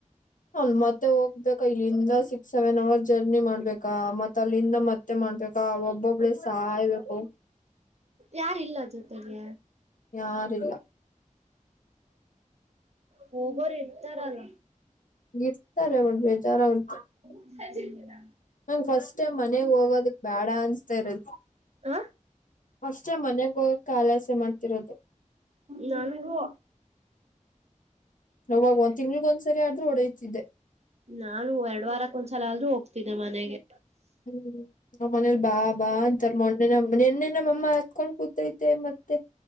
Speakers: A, on the left; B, on the right.
A: ಹೌದ ಮತ್ತೆ ಹೋಗ್ಬೇಕ ಇಲ್ಲಿಂದ ಸಿಕ್ಸ್ ಸೆವೆನ್ ಅವರ್ ಜರ್ನಿ ಮಾಡ್ಬೇಕಾ ಮತ್ತ್ ಅಲ್ಲಿಂದ ಮತ್ತೆ ಮಾಡ್ಬೇಕಾ ಒಬ್ಬೊಬ್ಳೇ ಸಾಯ್ಬೇಕು
B: ಯಾರಿಲ್ಲ ಜೊತೆಗೆ
A: ಯಾರಿಲ್ಲ
B: ಹೋಗೋರ್ ಇರ್ತಾರಲ್ಲ.
A: ಇರ್ತಾರೆ <unintelligible>
B: <unintelligible>
A: ನಂಗ್ ಫಸ್ಟ್ ಟೈಮ್ ಮನೆಗ್ ಹೋಗದುಕ್ ಬ್ಯಾಡ ಅನ್ಸ್ತಾ ಇರದ್.
B: ಹ
A: ಫಸ್ಟ್ ಟೈಮ್ ಮನೆಗ್ ಹೋಗಕ್ ಆಲಸ್ಯ ಮಾಡ್ತಿರೋದು.
B: ನನ್ಗು.
A: ಅವಾಗ ತಿಂಗ್ಳಿಗ್ ಒಂದ್ಸರಿ ಆದ್ರೂ ಓಡೋಯ್ತಿದ್ದೆ.
B: ನಾನು ಎರಡ್ ವಾರಕ್ ಒಂದ್ಸಲ ಆದ್ರೂ ಹೋಗ್ತಿದ್ದೆ ಮನೆಗೆ.
A: ಹ್ಮ್ ನಮ್ಮ್ ಮನೇಲಿ ಬಾ ಬಾ ಅಂತರ್ ಮೊನ್ನೆ ನಿನ್ನೆ ನಮ್ ಅಮ್ಮ ಅತ್ಕೊಂಡ್ ಕೂತೈತೆ ಮತ್ತೆ.